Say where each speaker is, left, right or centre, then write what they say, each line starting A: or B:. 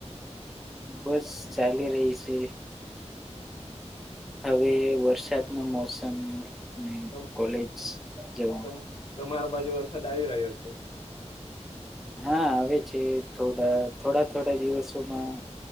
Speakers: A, in the centre; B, on the left.
A: બસ ચાલી રહી છે. હવે વરસાદ નો મોસમને
B: તમ
A: કોલેજ જવા
B: તમ તમારા બાજુ વરસાદ આવી રહ્યો છે
A: હા આવે છે થોડા થોડા થોડા દિવસોમાં